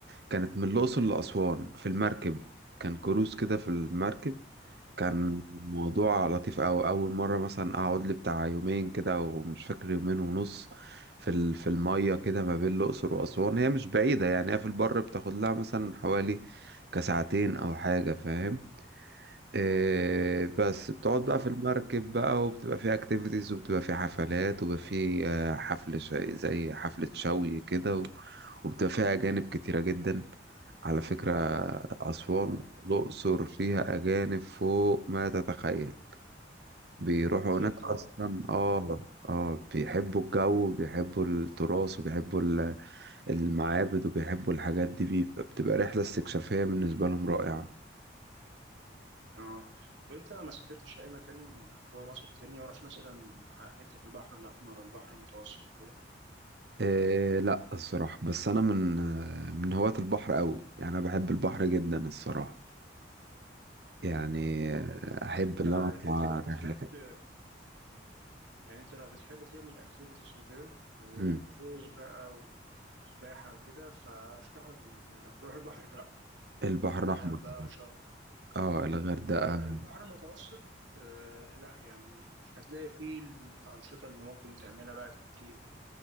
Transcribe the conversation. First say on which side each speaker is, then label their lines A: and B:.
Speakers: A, on the right (about 60°); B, on the right (about 80°).
A: كانت من الاقصر لاسوان في المركب كان كروز كده في المركب كان
B: اه
A: الموضوع لطيف أوي اول مره مثلا اقعد لي بتاع يومين كده او مش فاكر يومين ونص في ال- في الميه كده ما بين الاقصر واسوان هي مش بعيده يعني هي في البر بتاخد لها مثلا حوالي كساعتين او حاجه فاهم إيه بس بتقعد
B: اه
A: بقى في المركب بقى وبتبقى فيه اكتيفيتيز وبتبقى فيه حفلات وبيبقى فيه آه، حفل ش- زي حفلة شوي كده و- وبتبقى فيها أجانب كتيرة جدا على فكرة أسوان
B: اه
A: الأقصر فيها أجانب فوق ما تتخيل بيروحوا
B: أكيد
A: هناك
B: طبعا
A: أصلا
B: أكيد
A: آه آه بيحبوا الجو وبيحبوا التراث وبيحبوا ال- المعابد وبيحبوا الحاجات دي بيبقى- بتبقى رحلة استكشافية بالنسبة لهم رائعة
B: اه طب أنت ما سافرتش أي مكان جوه مصر تاني ما رحتش مثلا ح- حتة في البحر الأحمر البحر المتوسط كده
A: إيه لا الصراحة بس أنا من آه، من هواة البحر قوي يعني أنا بحب البحر جدا الصراحة يعني
B: اه
A: آه، أحب
B: أنت
A: إن أنا أطلع
B: أنت لو بتحب
A: رحلة كده
B: يعني انت لو بتحب تعمل اكتيفيتيز وكده وغوص
A: مم.
B: بقى وسباحة وكده فرشح لك ال- انك تروح البحر الاحمر
A: البحر
B: دهب
A: الأحمر طبعا
B: بقى شرم كده
A: اه الغردقة
B: اه البحر المتوسط آه لا يعني مش هتلاقي فيه الأنشطة اللي ممكن تعملها بقى كتير كده